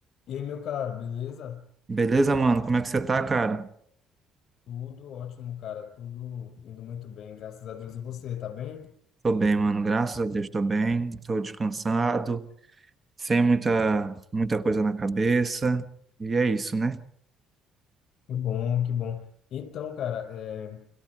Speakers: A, on the left; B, on the right.
A: E aí, meu caro, beleza?
B: Beleza, mano? Como é que você tá, cara?
A: Tudo ótimo, cara. Tudo indo muito bem, graças a Deus. E você, tá bem?
B: Tô bem, mano. Graças a Deus, tô bem. Tô descansado, sem muita, muita coisa na cabeça. E é isso, né?
A: Que bom, que bom. Então, cara, é,